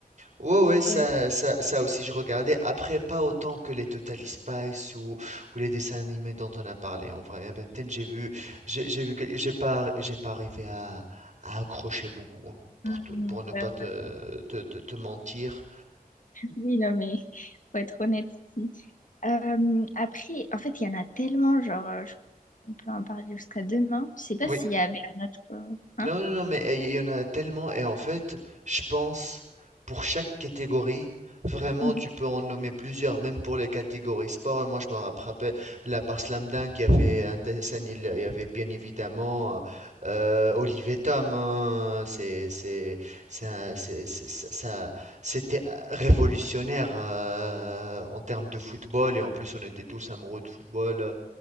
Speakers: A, on the right (about 50°); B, on the left (about 55°).
A: Ouais, ouais, ça,
B: ouais.
A: ça, ça aussi, je regardais. Après, pas autant que les Total Spies ou, ou les dessins animés dont on a parlé. En vrai, Ben 10, j'ai vu, j'ai j'ai vu, que- j'ai pas, j'ai pas arrivé à, à accrocher beaucoup, hein, pour
B: Mhm,
A: te, pour ne pas
B: bah
A: te,
B: ouais.
A: te, te- te mentir.
B: Oui, non, mais <laughs> faut être honnête ici. Euh, après, en fait, il y en a tellement, genre, euh, je- on peut en parler jusqu'à demain. Je sais pas
A: Oui.
B: s'il y avait un autre. euh, hein?
A: Non, non, non, mais il y il y en a tellement. Et en fait, je pense, pour chaque catégorie, vraiment,
B: Mhm.
A: tu peux en nommer plusieurs, même pour les catégories sport. Moi, je me rappelle, là, par Slam Dunk, il y avait un dessin, il y avait bien évidemment euh, Olivier Tom. hein. c'est, c'est, c'est un- c'est- c'est- ça, ça- c'était révolutionnaire euh, en termes de football. Et en plus, on était tous amoureux de football, euh,